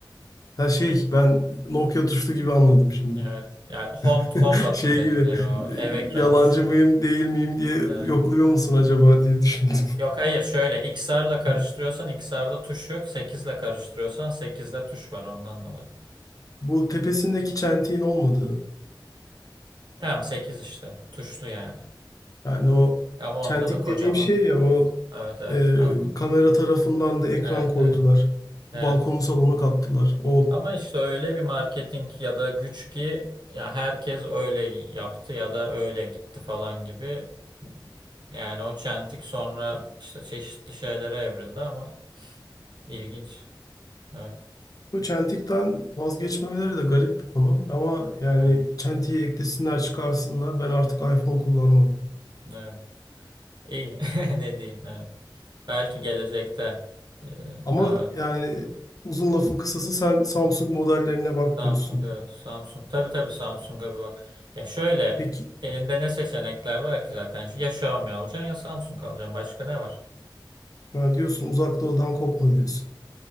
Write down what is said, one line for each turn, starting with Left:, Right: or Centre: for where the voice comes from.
Left: Ya şey ben Nokia tuşlu gibi anladım şimdi.
Right: Evet. Yani home home
Left: <laughs>
Right: button
Left: Şey
Right: dedikleri
Left: gibi e,
Right: o ev ekranı
Left: yalancı
Right: tuşu.
Left: mıyım değil miyim diye
Right: Evet.
Left: yokluyor musun acaba diye düşündüm.
Right: Yok hayır şöyle X4 ile karıştırıyorsan
Left: <laughs>
Right: x XR'da tuş yok. sekiz ile karıştırıyorsan 8'de tuş var ondan dolayı.
Left: Bu tepesindeki çentiğin olmadığı.
Right: Tamam 8 işte. Tuşlu yani.
Left: Yani o
Right: Ama
Left: çentik
Right: onda da kocaman.
Left: dediğim şey ya
Right: Evet.
Left: o
Right: Evet evet
Left: e,
Right: anladım.
Left: kamera tarafından da ekran
Right: Evet
Left: koydular.
Right: evet.
Left: Balkonu
Right: Evet.
Left: salona kattılar. O
Right: Ama işte öyle bir marketing ya da güç ki ya herkes öyle yaptı ya da öyle gitti falan gibi. Yani o çentik sonra işte çeşitli şeylere evrildi ama ilginç. Evet,
Left: bu çentikten vazgeçmemeleri de garip bir konu. Ama yani
Right: evet,
Left: çentiyi eklesinler çıkarsınlar. Ben artık iPhone kullanmam.
Right: evet. İyi. <laughs> Ne diyeyim? Evet. Belki gelecekte e,
Left: Ama
Right: daha
Left: yani
Right: evet.
Left: uzun lafın kısası sen Samsung modellerine bak
Right: Samsung
Left: diyorsun.
Right: evet Samsung tabii tabii Samsung'a bir bak. Ya şöyle
Left: Peki
Right: elinde ne seçenekler var ki zaten? Ya Xiaomi alacaksın ya Samsung alacaksın. Başka ne var?
Left: ha, diyorsun uzak doğudan kopma diyorsun.